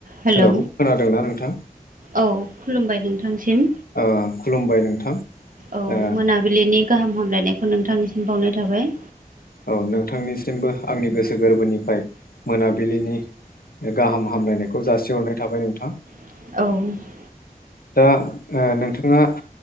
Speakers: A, on the right (about 65°); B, on the left (about 75°).
A: Hello
B: खोनादोंना नोंथां
A: औ खुलुमबाय नोंथांसिम।
B: ओ खुलुमबाय नोंथां
A: औ
B: ओ
A: मोना बिलिनि गाहाम हामलायनायखौ नोंथांनिसिम बावनाय थाबाय।
B: औ नोंथांनिसिमबो आंनि गोसो गोरबोनिफ्राय मोनाबिलिनि गाहाम हामलायनायखौ जासिहरनाय थाबाय नोंथां।
A: औ।
B: दा आ नोंथाङा